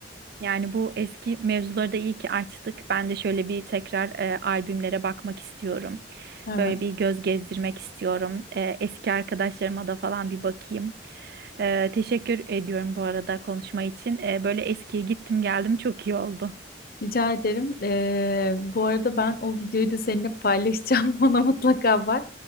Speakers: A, on the right (about 55°); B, on the left (about 55°).
A: yani bu eski mevzuları da iyi ki açtık. Ben de şöyle bir tekrar e, albümlere bakmak istiyorum.
B: Evet.
A: Böyle bir göz gezdirmek istiyorum. Ee, eski arkadaşlarıma da falan bir bakayım. Ee, teşekkür ediyorum bu arada konuşma için. Ee, böyle eskiye gittim geldim çok iyi oldu.
B: Rica ederim. Ee, bu arada ben o videoyu da seninle paylaşacağım. <laughs> Ona mutlaka bak.